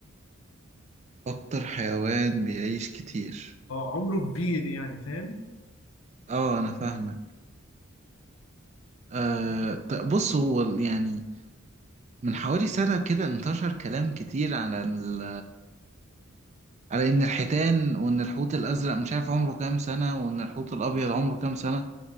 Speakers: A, on the right; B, on the left.
A: أكتر حيوان بيعيش كتير
B: اه عمره كبير يعني فاهم
A: اه أنا فاهمك أه طب بص هو ال- يعني من حوالي سنة كده انتشر كلام كتير على ال... على إن الحيتان وإن الحوت الأزرق مش عارف عمره كام سنة وإن الحوت الأبيض عمره كام سنة